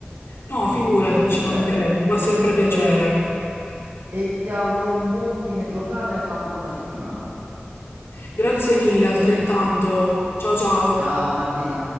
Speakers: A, on the left (about 85°); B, on the right (about 70°).
A: No,
B: molto
A: figurati,
B: gentile,
A: ci mancherebbe, fa sempre piacere.
B: e ti auguro un buon fine giornata e una buona settimana.
A: Grazie mille, altrettanto. Ciao ciao.
B: Ciao Martina.